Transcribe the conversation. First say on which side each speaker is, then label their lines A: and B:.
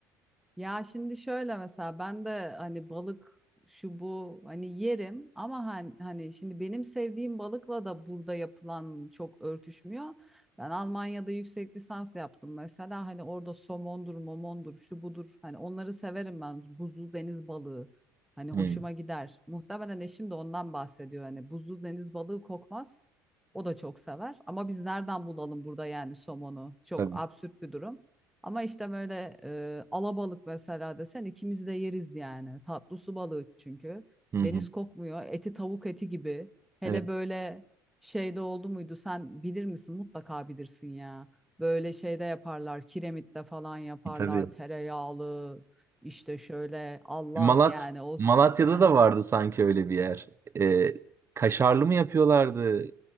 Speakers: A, in the centre; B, on the right.
A: Ya şimdi şöyle mesela ben de hani balık şu bu hani yerim ama hani, hani şimdi benim sevdiğim balıkla da burada yapılan çok örtüşmüyor. Ben Almanya'da yüksek lisans yaptım mesela hani orada somondur, momondur, şu budur. Hani onları severim ben buzlu deniz balığı. Hani hoşuma
B: Hı,
A: gider. Muhtemelen eşim de ondan bahsediyor. Hani buzlu deniz balığı kokmaz. O da çok sever. Ama biz nereden bulalım burada yani somonu? Çok
B: tabii.
A: absürt bir durum. Ama işte böyle e, alabalık mesela desen ikimiz de yeriz yani. Tatlı su balığı çünkü.
B: Hı hı.
A: Deniz kokmuyor. Eti tavuk eti gibi. Hele
B: Evet
A: böyle şeyde oldu muydu? Sen bilir misin? Mutlaka bilirsin ya. Böyle şeyde yaparlar. Kiremitte falan yaparlar.
B: tabii.
A: Tereyağlı. işte şöyle Allah
B: Malat
A: yani o.
B: Malatya'da
A: <laughs>
B: da vardı sanki öyle bir yer. E, kaşarlı mı yapıyorlardı